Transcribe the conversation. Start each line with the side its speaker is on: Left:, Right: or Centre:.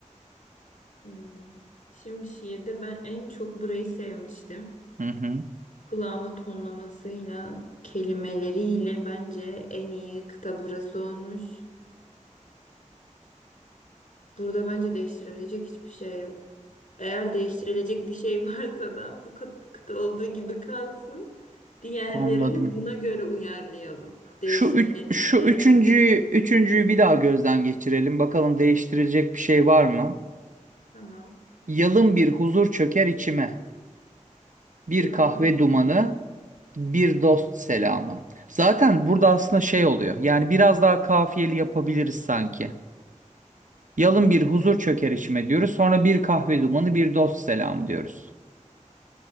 Left: Hmm. Şimdi şiirde ben en çok burayı sevmiştim.
Right: Hı hı,
Left: Kulağıma tonlamasıyla, kelimeleriyle bence en iyi kıta burası olmuş. Burada bence değiştirilecek hiçbir şey yok. Eğer değiştirilecek bir şey <laughs> varsa da bu kıt- kıta olduğu gibi kalsın. Diğerlerini
Right: anladım.
Left: buna göre uyarlayalım. Değişimleri
Right: Şu üç, şu
Left: diğerlerine
Right: üçüncüyü,
Left: yapalım.
Right: üçüncüyü bir daha gözden geçirelim. Bakalım değiştirilecek bir şey var mı?
Left: Tamam.
Right: Yalın bir huzur çöker içime. Bir
Left: Yolun
Right: kahve
Left: bilmiyorum.
Right: dumanı, bir dost selamı. Zaten burada aslında şey oluyor. Yani biraz daha kafiyeli yapabiliriz sanki. Yalın bir huzur çöker içime diyoruz. Sonra bir kahve dumanı, bir dost selamı diyoruz.